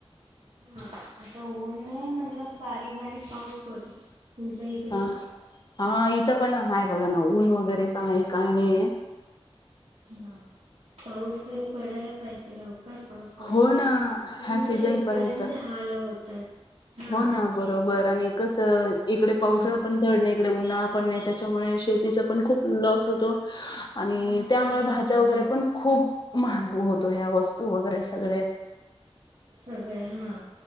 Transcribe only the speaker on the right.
हा आता होऊन म्हणजे बस बारीक बारीक पाऊस पडतो तुमच्या इकडे
हा पाऊस खरी पडायला पहिजे लवकर.. पाऊस पडत
नाही.
त्यामुळे
शेतकऱ्यांचे
हाल होतात. हा
हा
नुकसान
होतं
हा
सगळे हा